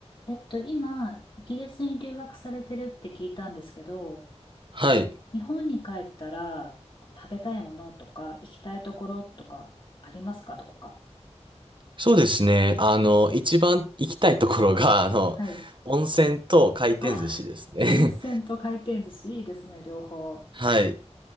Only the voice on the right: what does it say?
はい。
そうですね。あの、一番行きたいところが、<laughs> あの、
温泉と回転寿司ですね。
<laughs> はい。い